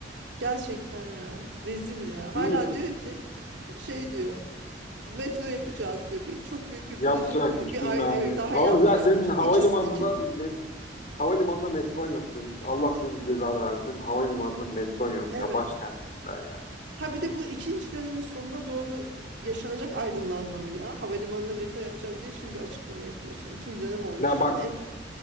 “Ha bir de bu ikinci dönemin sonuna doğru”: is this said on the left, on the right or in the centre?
Right